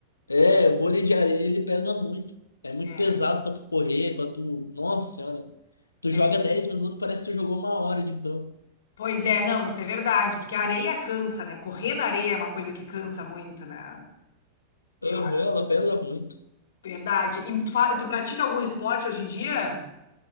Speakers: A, on the left; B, on the left.
A: é, vôlei de areia, ele pesa muito. É muito
B: É,
A: pesado pra tu correr, pra tu. Nossa senhora. Tu
B: tem.
A: joga 10 minutos, parece que tu jogou uma hora de campo.
B: Pois é, não, isso é verdade, porque a areia cansa, né? Correr na areia é uma coisa que cansa muito, né? Eu
A: Aham,
B: acho.
A: ela pesa muito.
B: Verdade. E tu, fa- tu pratica algum esporte hoje em dia?